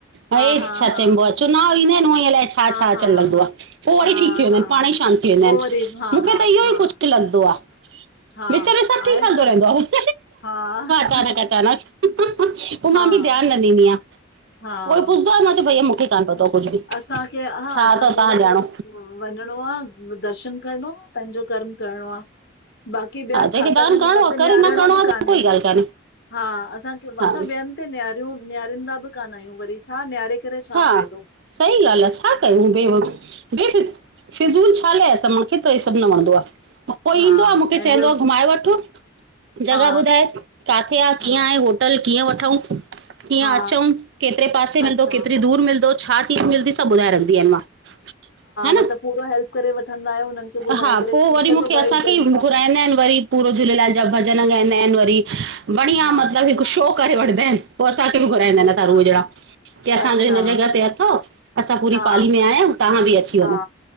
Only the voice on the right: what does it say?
हे
छा चएंबो
आ? चुनाव ईंदा आहिनि उअ अल लाइ छा
छा अचणु
लॻंदो, आहे पोइ वरी
ठीकु थी वेंदा
आहिनि पाण ई शांत थी वेंदा
आहिनि।
मूंखे
त इहो
ई कुझ लॻंदो आ
विच में सभ
ठीक हलंदो
रहंदो आ।
अचानक अचानक, पोइ मां
बि ध्यान न ॾींदी आ,
कोई पुछंदो आ मां चांदी आ भैया मूंखे -- कान पतो कुझु बि
छा
अथव तव्हां
ॼाणो
हा जंहिंखे
दान
करिणो
आहे
करे
न करिणो
आहे
त कोई ॻाल्हि कान्हे
हा
हा
सही ॻाल्हि आ छा कयूं बे बेफ़ -- फिज़ूल छा लाए मूखे त इ सभु न वणंदो आ को
ईंदो आहे मूंखे चवंदो
आहे घुमाए वठो -- जॻह
ॿुधाए काथे आहे,
कीअं आहे, होटल कीअं वठऊ? कीअं
अचूक, केतरे पासे मिलंदो,
केतिरी दूरि मिलंदो, छा चीज़ मिलंदी सभु ॿुधाए रखंदीयां मां। हा न,
हा
पोइ वरी
मूंखे असांखे
ई
घुराईंदा
आहिन वरी। पूरो झूलेलाल जा भॼन ॻाईंदा आहिन वरी। बढ़िया
मतलबु हिकु शो करे वठंदा आहिन पोइ असांखे बि घुराईंदा आहिन
अथां रूहे जहिड़ा -- की असांजो
हिन जॻह ते अथव, असां पूरी
पाली में आया आहियूं, तव्हां बि अची वञो।